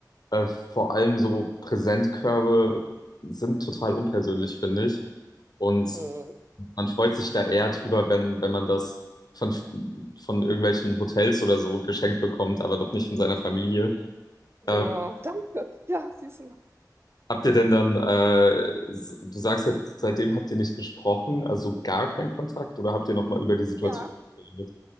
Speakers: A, on the left (about 65°); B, on the right (about 35°).
A: Äh, vor allem so Präsentkörbe sind total unpersönlich, finde ich. Und
B: Hm,
A: man freut sich da eher drüber, wenn, wenn man das von, von irgendwelchen Hotels oder so geschenkt bekommt, aber doch nicht von seiner Familie.
B: genau,
A: Äh,
B: <laughs> danke. Ja, siehst du mal.
A: habt ihr denn dann, äh, s- du sagst jetzt, seitdem habt ihr nicht gesprochen, also gar keinen Kontakt oder habt ihr nochmal über die Situation
B: Ja.
A: geredet?